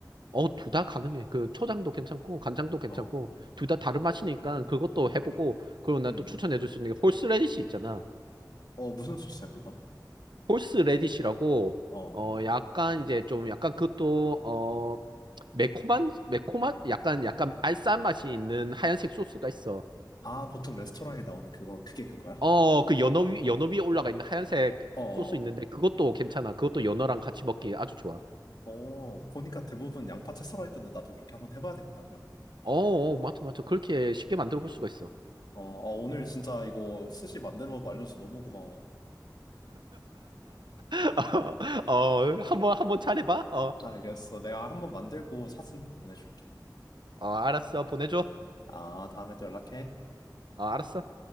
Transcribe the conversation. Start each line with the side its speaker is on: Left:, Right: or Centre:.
Right: 어, 둘 다 가능해. 그 초장도 괜찮고, 간장도 괜찮고,
Left: 어.
Right: 둘 다 다른 맛이니까 그것도 해보고, 그리고 난
Left: 음.
Right: 또 추천해줄 수 있는 게 홀스레디시 있잖아.
Left: 어, 무슨 소스야, 그건?
Right: 홀스 레디시라고
Left: 어.
Right: 어 약간 이제 좀 약간 그것도 어 매콤한 매콤한 약간 약간 알싸한 맛이 있는 하얀색 소스가 있어.
Left: 아, 보통 레스토랑에 나오는 그거, 그게 그거야?
Right: 어 그 연어 위 연어 위에 올라가 있는 하얀색
Left: 어.
Right: 소스 있는데 그것도 괜찮아. 그것도 연어랑 같이 먹기 아주 좋아.
Left: 어, 보니까 대부분 양파채 썰어있던데 나도 그렇게 한번 해봐야 되겠다, 그러면.
Right: 어, 어 맞죠 맞죠. 그렇게
Left: 음.
Right: 쉽게 만들어 볼 수가 있어.
Left: 어, 어, 오늘 진짜 이거 스시 만드는 법 알려줘서 너무 고마워.
Right: <laughs> 어 한번 한번 잘해봐. 어,
Left: 알겠어. 내가 한번 만들고 사진 꼭 보내줄게.
Right: 어 알았어 보내줘.
Left: 아, 다음에 또 연락해.
Right: 어 알았어.